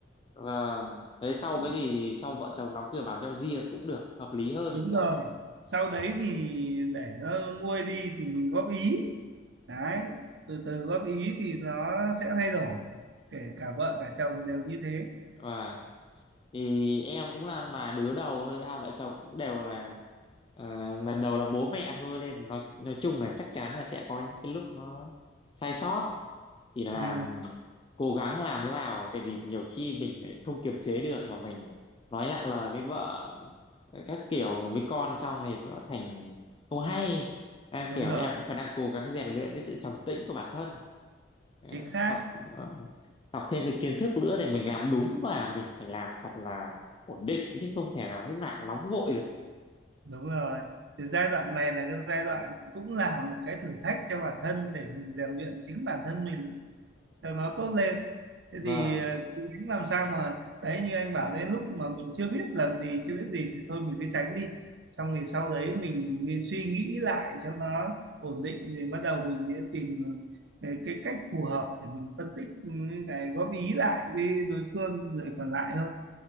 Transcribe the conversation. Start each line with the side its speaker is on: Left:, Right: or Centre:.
Left: vâng. Đấy sau
Right: Ừ,
Left: cái gì sau vợ chồng đóng cửa bảo nhau riêng cũng được hợp lý hơn
Right: đúng
Left: nhỉ?
Right: rồi sau đấy thì để nó nguôi đi thì mình góp ý đấy từ từ góp ý thì nó sẽ thay đổi kể cả vợ cả chồng đều như thế
Left: Vâng. thì em cũng là là đứa đầu thôi hai vợ chồng cũng đều là ờ, lần đầu là bố mẹ thôi nên nói nói chung là chắc chắn là sẽ có những cái lúc nó sai sót chỉ là
Right: ừ,
Left: cố gắng làm thế nào tại vì nhiều khi mình lại không kiềm chế được mà mình nói nặng lời với vợ ờ, các kiểu với con xong thì nó thành không hay à,
Right: đúng
Left: kiểu
Right: rồi
Left: em cũng phải đang cố gắng rèn luyện cái sự trầm tĩnh của bản thân Ờ,
Right: chính xác
Left: học ờ, học thêm cái kiến thức nữa để mình làm đúng và mình phải làm thật là ổn định chứ không thể nào lúc nào cũng nóng vội được
Right: đúng rồi thì giai đoạn này là cái giai đoạn cũng là một cái thử thách cho bản thân để mình rèn luyện chính bản thân mình cho nó tốt lên thế
Left: vâng
Right: thì ờ, cố gắng làm sao mà đấy như anh bảo lên lúc mà mình chưa biết làm gì chưa biết gì thì thôi mình cứ tránh đi xong thì sau đấy mình, nghĩ- suy nghĩ lại cho nó ổn định thì bắt đầu mình sẽ tìm ờ, cái cách phù hợp để mình phân tích ừ, cái góp ý lại với đối phương người còn lại thôi